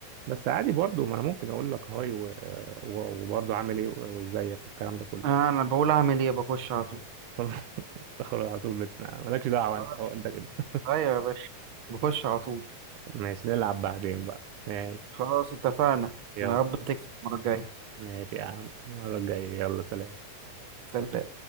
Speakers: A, on the right; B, on the right.
A: بس عادي برضه ما أنا ممكن أقول لك هاي و... و... وبرضه عامل إيه و- وإزيك والكلام ده كله
B: آه، أنا بقول أعمل إيه بخش على طول
A: <laughs> تخرج على طول بت- مالكش دعوة
B: آه،
A: أنت أو أنت كده
B: أيوة يا باشا بخش على طول
A: ماشي نلعب بعدين بقى ماشي
B: خلاص اتفقنا
A: يلا
B: يا رب تكسب المرة الجاية
A: ماشي يا عم المرة الجاية يلا سلام
B: سلام